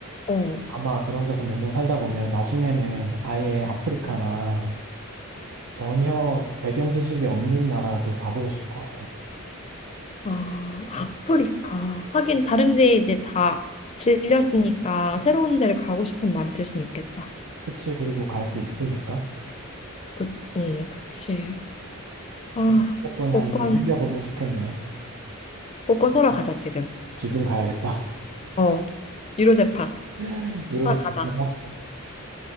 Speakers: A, on the left (about 30°); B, on the right (about 80°).
A: 어,
B: 아마 그런 데서 몇 년 살다 보면 나중에는 아예 아프리카나 전혀 배경 지식이 없는 나라도 가보고 싶을 것 같아.
A: 아, 아프리카. 하긴 다른 데 이제 다 질렸으니까 새로운 데를 가고 싶은 마음이 들 수는 있겠다.
B: 그치? 그리고 갈 수 있으니까.
A: 그, 응, 그치. 아,
B: 그 조건이
A: 복권,
B: 한번 생겨보면 좋겠네.
A: 복권 사러 가자, 지금.
B: 지금 가야겠다.
A: 어, 유로재판
B: <laughs> 유로족
A: 하러 가자.
B: 가봐.